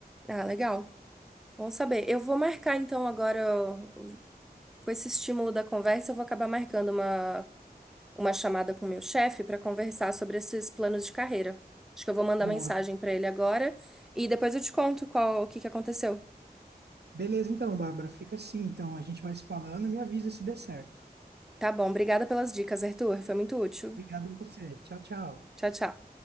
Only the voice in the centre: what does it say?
ah, legal. Bom saber. Eu vou marcar então agora, ó, com esse estímulo da conversa, eu vou acabar marcando uma uma chamada com o meu chefe para conversar sobre esses planos de carreira. Acho que eu vou mandar
mensagem para ele agora e depois eu te conto qual, o que que aconteceu.
Tá bom, obrigada pelas dicas, Arthur. Foi muito útil.
Tchau, tchau.